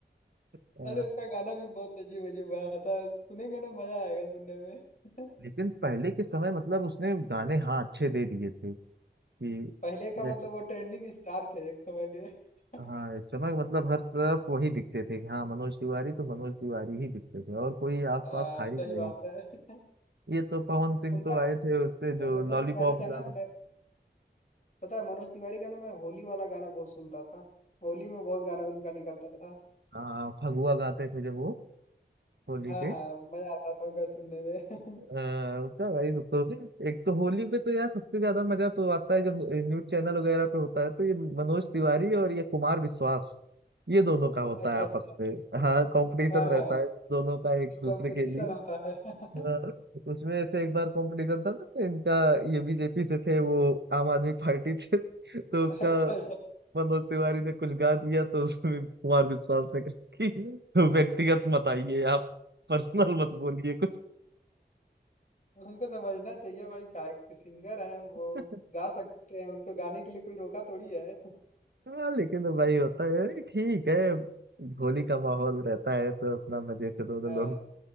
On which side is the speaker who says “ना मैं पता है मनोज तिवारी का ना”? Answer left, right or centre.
Left